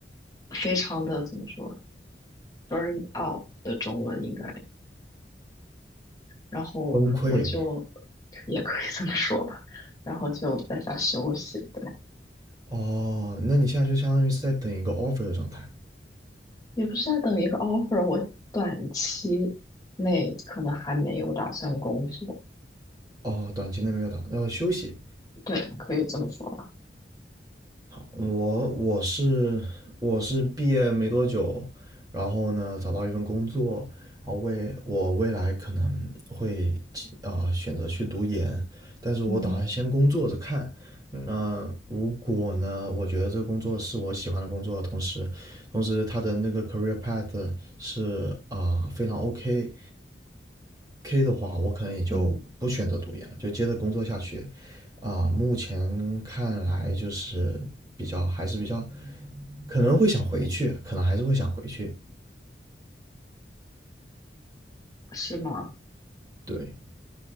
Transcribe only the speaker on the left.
非常的怎么说 burn out 的中文应该。然后我就
也可以这么说吧，然后就在家休息，对，
也不是在等一个 offer，我短期内可能还没有打算工作，
对，可以这么说吧，
嗯
嗯，
是吗？